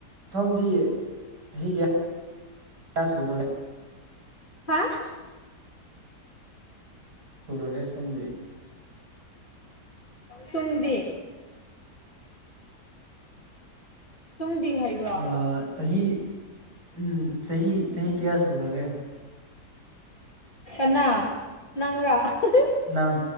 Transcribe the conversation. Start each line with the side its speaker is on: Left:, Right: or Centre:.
Right: ꯊꯣꯝꯗꯤ ꯆꯍꯤ ꯀꯌꯥꯒ
Left: ꯍꯥ
Right: ꯄꯨꯒ꯭ꯔꯒꯦ ꯁꯣꯝꯗꯤ
Left: ꯁꯨꯡꯗꯤ ꯁꯨꯝꯗꯤ ꯍꯩꯕ꯭ꯔꯥ
Right: ꯑꯥ ꯆꯍꯤ ꯎꯝ ꯆꯍꯤ ꯆꯍꯤ ꯀꯌꯥ ꯁꯨꯈ꯭ꯔꯒꯦ
Left: ꯀꯅꯥ ꯅꯪꯔꯥ ꯑ ꯍꯍ ꯍ
Right: ꯅꯪ